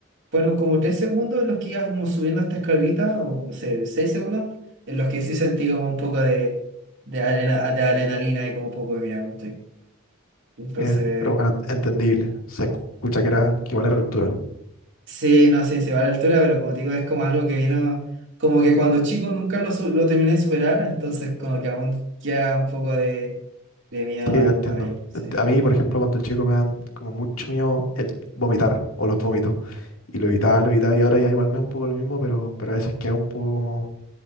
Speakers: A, on the right; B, on the left.
A: fueron como tres segundos en los que iba como subiendo esta escalerita, o no sé, seis segundos, en los que sí sentí como un poco de, de, arena, de adrenalina y como un poco de miedo, ¿cachai? Entonces...
B: Eh, pero bueno, entendible. Se escucha que era que igual era altura.
A: Sí, no, sé se va a la altura, pero como te digo, es como algo que vino, como que cuando chico nunca lo, su- lo terminé de superar, entonces como que aún queda un poco de, de miedo
B: Sí, te
A: ahí,
B: entiendo.
A: ahí, sí.
B: Te ent- A mí, por ejemplo, cuando chico me dan como mucho miedo el vomitar o los vómitos. Y lo evitaba, lo evitaba y ahora ya igual me da un poco lo mismo, pero, pero a veces queda un poco como,